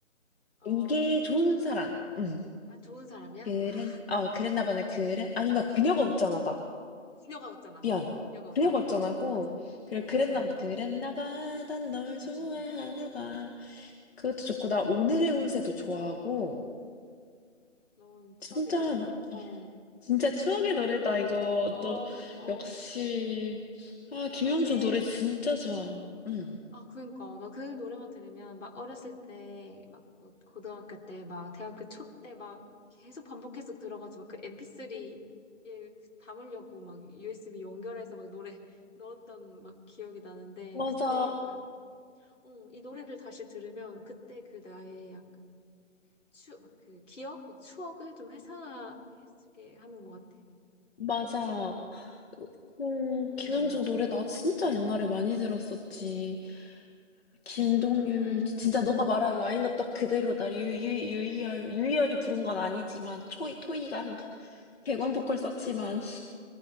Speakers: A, on the left; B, on the left.
A: 어,
B: 이게 좋은 사람. 음.
A: 아, 좋은 사람이야?
B: 그래.
A: 아,
B: 어, 그랬나 보네. 그래. 아닌가. 그녀가 웃잖아다.
A: 그녀가 웃잖아.
B: 미안.
A: 그녀가 웃잖아,
B: 그녀가
A: 다
B: 웃잖아고.
A: 맞아.
B: 그리고
A: 어, 어,
B: 그랬나
A: 어.
B: 보다. 그랬나 봐. 난 널
A: 응,
B: 좋아하나
A: 응, 응.
B: 봐. 그것도 좋고 나 오늘의 운세도 좋아하고
A: 너무 추억의
B: 진짜
A: 노래다. 어.
B: 진짜 추억의 노래다 이거.
A: 어,
B: 너
A: 어,
B: 역시 아, 김영준
A: 나중에,
B: 노래 진짜 좋아. 응.
A: 아, 그니까, 나 그 노래만 들으면, 막, 어렸을 때, 막, 뭐 고등학교 때, 막, 대학교 초 때, 막, 계속 반복해서 들어가지고, 그 MP3에 담으려고, 막, USB 연결해서, 막, 노래 <laughs> 넣었던, 막, 기억이 나는데,
B: 맞아.
A: 그때 약간, 어, 이 노래를 다시 들으면, 그때 그 나의 약간, 추, 막 그, 기억? 막, 추억을 좀 회상해주게 하는 것 같아.
B: 맞아. 어,
A: 음,
B: 김영중 노래 나 진짜 옛날에 많이 들었었지. 김동률
A: 음,
B: 진짜 너가 말한 라인업 딱 그대로다. 유유 유이열 유이열이 부른 건 아니지만 초이 토이강 객원 보컬 썼지만